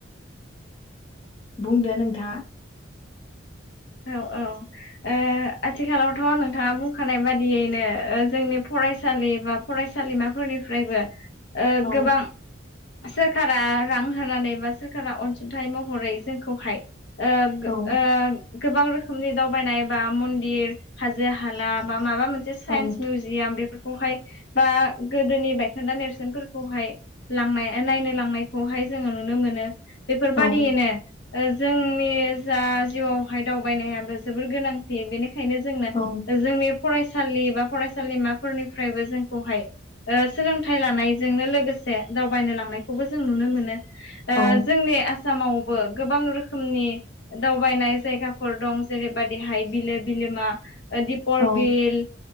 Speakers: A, on the left (about 25°); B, on the left (about 60°).
A: बुंदो नोंथाङा
B: औ-औ आथिखालावथ' नोंथाङा बुंखानाय बादियैनो जोंनि फरायसालि बा फरायसालिमाफोरनिफ्रायबो ओ
A: औ
B: गोबां सोरखारा रां होनानै बा सोरखारा अनसुंथाइ महरै जोंखौहाय ओ गो
A: औ
B: ओ गोबां रोखोमनि दावबायनाय बा मन्दिर हाजो हाला बा माबा मोनसे साइन्स
A: औ
B: मिउजियाम बेफोर खौहाय बा गोदोनि बायखोन्दा नेरसोनफोरखौहाय लांनाय नायनो लांनायखौहाय जोङो नुनो मोनो बेफोरबादियैनो
A: औ
B: जोंनि जा जिउआव हाय दावबायनायाबो जोबोर गोनांथि बेनिखायनो जोंनो
A: औ
B: जोंनि फरायसालि बा फरायसालिमाफोरनिफ्रायबो जोंखौहाय सोलोंथाइ लानायजोंनो लोगोसे दावबायनो लांनायखौबो जों नुनो मोनो ओ
A: औ
B: जोंनि आसामावबो गोबां रोखोमनि दावबायनाय जायगाफोर दं जेरैबादिहाय बिलो बिलोमा दिपर
A: औ
B: बिल